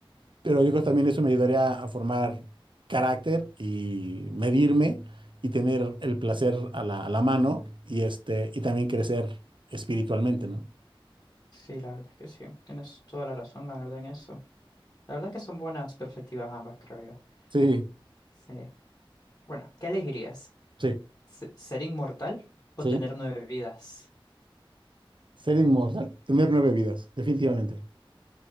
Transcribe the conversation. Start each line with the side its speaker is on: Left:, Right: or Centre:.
Right: Pero yo creo que también eso me ayudaría a formar carácter y medirme y tener el placer a la, a la mano y, este, y también crecer espiritualmente, ¿no?
Left: Sí, la verdad es que sí. Tienes toda la razón, la verdad, en eso. La verdad que son buenas perspectivas ambas, creo yo.
Right: Sí,
Left: Sí. Bueno, ¿qué elegirías?
Right: sí,
Left: ¿Se- ¿Ser inmortal o
Right: sí.
Left: tener nueve vidas?
Right: Ser inmortal, tener nueve vidas, definitivamente.